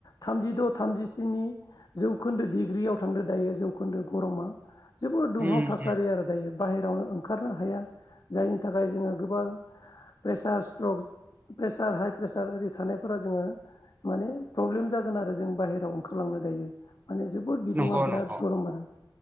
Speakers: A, on the left; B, on the right.
A: थामजिद' थामजिस्नि जौखोन्दो डग्रि आयाव थांदों दायो जौखोन्दो गरमा जोोबद दुंहाव
B: उम
A: थासारि आरो दायो बाहेरायावनो ओंखारनो हाया जायनि थाखाय जोङो गोबां pressure stroke pressure high pressure आररि थानायफोरा जोङो माने प्रब्लेम जागोन आरो जों बाहेरायाव ओंखारलांनो गायो माने जोोबद बिदुङा
B: नंगौ
A: बिराद
B: नंगौ
A: गरम आरो